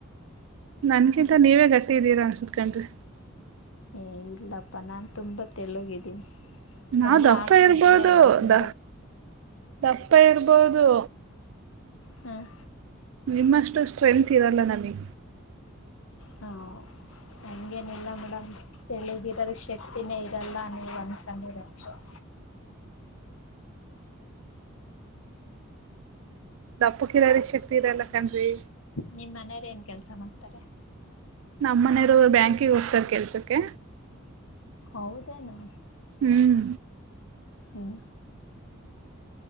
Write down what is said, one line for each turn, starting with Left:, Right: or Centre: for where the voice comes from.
Right: ನನ್ಕಿಂತ ನೀವೇ ಗಟ್ಟಿ ಇದ್ದೀರಾ ಅನ್ಸುತ್ತೆ.
Left: ಏ ಇಲ್ಲಪ್ಪಾ ನಾನ್ ತುಂಬಾ ತೆಳ್ಳಗಿದ್ದೀನಿ.
Right: ನಾವ್
Left: ಎಲ್ಲ
Right: ದಪ್ಪ
Left: ಆಡ್ಕೊತಾರೆ
Right: ಇರ್ಬೋದು
Left: ನಾನು ತುಂಬ
Right: ದ ದಪ್ಪ ಇರ್ಬೋದು.
Left: ಹ್ಮ್
Right: ನಿಮ್ಮಷ್ಟು ಸ್ಟ್ರೆಂತ್ ಇರಲ್ಲ ನನಗೆ.
Left: ಹಾಂ ಹಂಗೇನಿಲ್ಲ ಮೇಡಮ್ ತಳ್ಳಗಿರೋರ್ಗ್ ಶಕ್ತಿನೇ ಇರಲ್ಲ ನೀವ್ ಅಂದಕಂಡೀರಷ್ಟೆ. <inaudible>
Right: ದಪ್ಪಕ್ಕಿರೋರ್ಗ್ ಶಕ್ತಿ ಇರಲ್ಲ ಕಣ್ರಿ.
Left: ನಿಮ್ಮನೆಯೊರೇನ್ ಕೆಲ್ಸ ಮಾಡ್ತಾರೆ?
Right: ನಮ್ಮನೆಯವರು ಬ್ಯಾಂಕಿಗೆ ಹೋಗ್ತಾರೆ ಕೆಲ್ಸಕ್ಕೆ.
Left: ಹೌದೇನು?
Right: ಹ್ಮ್
Left: ಹ್ಮ್